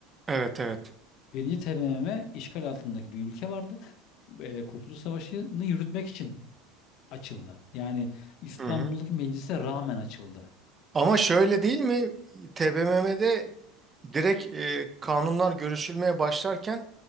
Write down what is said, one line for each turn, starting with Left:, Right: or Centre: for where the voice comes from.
Right: Evet evet.
Left: Birinci TBMM işgal altındaki bir ülke vardı. E, Kurtuluş Savaşı'nı yürütmek için açıldı. Yani İstanbul'daki
Right: Hı hı.
Left: meclise rağmen açıldı.
Right: Ama şöyle değil mi? TBMM'de direkt e, kanunlar görüşülmeye başlarken